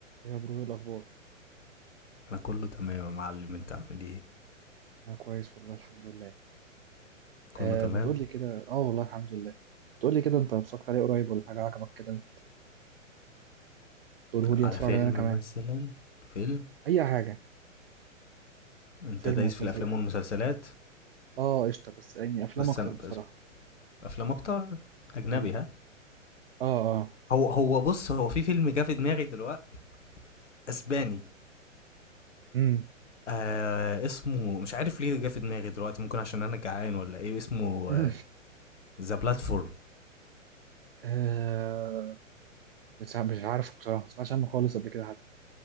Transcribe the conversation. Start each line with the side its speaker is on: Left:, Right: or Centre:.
Right: يا برو ايه الاخبار
Left: انا كله تمام يا معلم انت عامل ايه
Right: انا كويس والله الحمد لله
Left: كله
Right: آه
Left: تمام
Right: ما تقول لي كده اه والله الحمد لله تقول لي كده انت هتفكر عليه قريب ولا حاجه عجبك كده تقوله لي
Left: على
Right: اتفرج
Left: فيلم
Right: عليه انا كمان
Left: مثلا فيلم
Right: اي حاجه
Left: انت
Right: فيلم
Left: دايس
Right: ومسلسل
Left: في الافلام
Right: اي
Left: والمسلسلات
Right: اه قشطه بس يعني افلام
Left: بس
Right: اكتر
Left: انا بس
Right: بصراحه
Left: افلام اكتر اجنبي
Right: امم
Left: ها
Right: اه اه
Left: هو هو بص هو في فيلم جه في دماغي دلوقتي اسباني
Right: امم
Left: آه اسمه مش عارف ليه جه في دماغي دلوقتي ممكن عشان انا جعان ولا ايه اسمه
Right: <laughs>
Left: ذا بلاتفورم
Right: آه مش عارف مش عارف بصراحه ما سمعتش عنه خالص قبل كده حتى